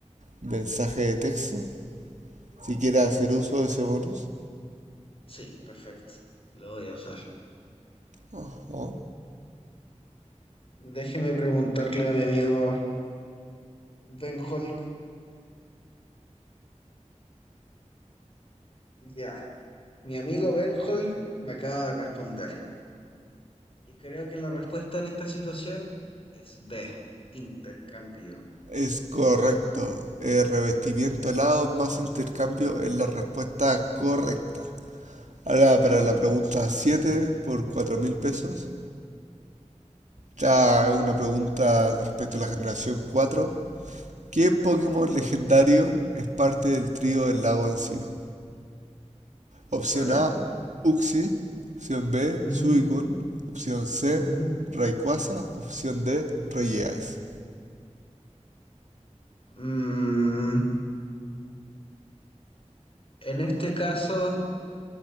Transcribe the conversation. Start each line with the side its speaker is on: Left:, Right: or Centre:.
Right: mensaje de texto si quiere hacer uso de ese bonus.
Left: sí, perfecto. Lo voy a usar.
Right: Ajá.
Left: Déjeme preguntarle a mi amigo Ben Hulk. Ya, mi amigo Ben Hulk me acaba de responder. Y creo que la respuesta en esta situación es B, intercambio
Right: Es correcto.
Left: con las...
Right: El revestimiento helado más intercambio es la respuesta correcta. Ahora
Left: Wow.
Right: para la pregunta 7 por cuatro mil pesos. Ya una pregunta respecto a la generación 4. ¿Qué Pokémon
Left: Perfecto.
Right: legendario es parte del trío del lago Encino? Opción
Left: Vale.
Right: A, Uxie. Opción B,
Left: Ujú,
Right: Suicune. Opción C,
Left: ujú.
Right: Rayquaza. Opción D, Reyes.
Left: Mm, en este caso,